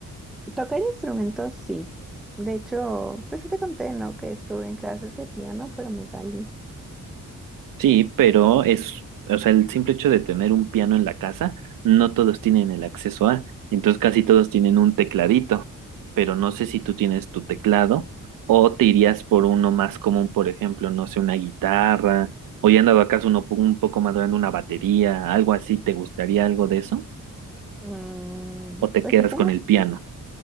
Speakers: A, in the centre; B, on the right.
A: Tocar instrumentos, sí. De hecho, pues sí te conté, ¿no? Que estuve en clases de piano, pero me salí.
B: Sí, pero es, o sea, el simple hecho de tener un piano en la casa, no todos tienen el acceso a, entonces casi todos tienen un tecladito, pero no sé si tú tienes tu teclado o te irías por uno más común, por ejemplo, no sé, una guitarra, o ya andaba acaso uno po- un poco más grande, una batería, algo así, ¿te gustaría algo de eso?
A: Mm,
B: ¿O te
A: pues
B: quedas
A: sí tengo
B: con el piano?